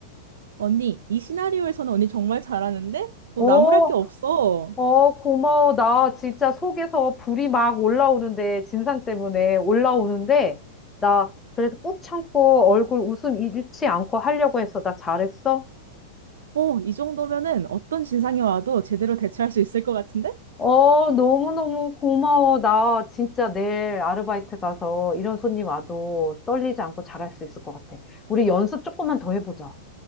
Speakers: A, on the right; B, on the left.
A: 언니, 이 시나리오에서는 언니 정말 잘하는데? 뭐
B: 어,
A: 나무랄 게 없어.
B: 어, 고마워. 나 진짜 속에서 불이 막 올라오는데, 진상 때문에 올라오는데, 나 그래도 꾹 참고 얼굴 웃음 잃지 않고 하려고 했어. 나 잘했어?
A: 어, 이 정도면은 어떤 진상이 와도 제대로 대처할 수 있을 것 같은데?
B: 어, 너무너무 고마워. 나 진짜 내일 아르바이트 가서 이런 손님 와도 떨리지 않고 잘할 수 있을 것 같아. 우리 연습 조금만 더 해보자.